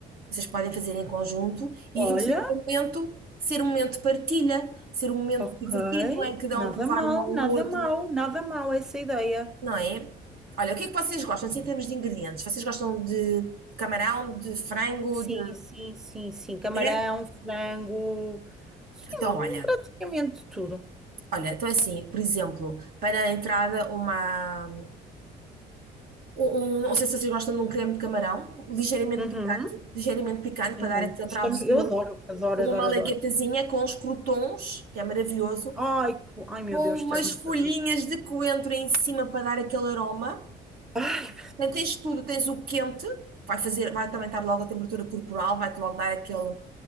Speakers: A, on the right; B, in the centre.
A: vocês podem fazer em conjunto e
B: Olha,
A: aquilo ser um momento, ser um momento de partilha, ser um momento
B: ok.
A: divertido em que dão
B: Nada
A: a provar
B: mal,
A: um ao outro,
B: nada mal, nada mal essa ideia.
A: não é? Olha, o que é que vocês gostam, assim, em termos de ingredientes? Vocês gostam de camarão, de frango,
B: Sim,
A: de...
B: sim, sim, sim. Camarão,
A: É?
B: frango, sim,
A: Então, olha,
B: praticamente tudo.
A: olha, então é assim, por exemplo, para a entrada uma... Um, não sei se vocês gostam de um creme de camarão, ligeiramente
B: Uhum.
A: picante, ligeiramente picante, para
B: Sim,
A: dar
B: muito.
A: aquele
B: Estamos,
A: travozinho,
B: eu adoro, adoro,
A: como
B: adoro,
A: uma malaguetazinha
B: adoro.
A: com os crotons, que é maravilhoso,
B: Ai, que bo- ai meu
A: com
B: Deus,
A: umas
B: estás-me
A: folhinhas
B: a fazer.
A: de coentro em cima para dar aquele aroma.
B: Ai,
A: Portanto, tens tudo, tens o quente, vai fazer, vai também estar logo a temperatura corporal, vai-te logo dar aquele,